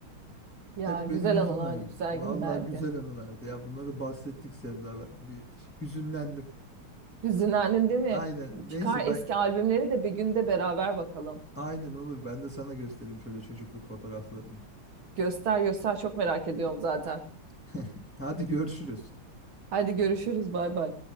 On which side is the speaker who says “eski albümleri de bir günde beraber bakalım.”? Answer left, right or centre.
Right